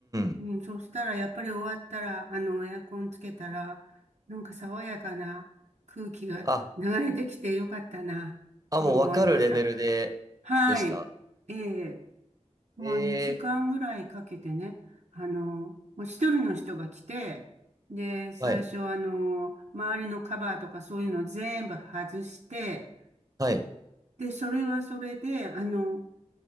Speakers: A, on the right; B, on the right.
A: ん。
B: うん、そしたら、やっぱり終わったら、あの、エアコンつけたら、なんか爽やかな空気が流れてきてよかったな、
A: あ、あ、
B: と思いました。
A: もうわかるレベルで、
B: はい。
A: でした。
B: ええ、まあ2時間ぐらいかけてね、
A: ええ
B: あの、もう一人の人が来て、で、最初あの、
A: はい。
B: 周りのカバーとかそういうの全部外して、
A: はい。
B: で、それはそれで、あの、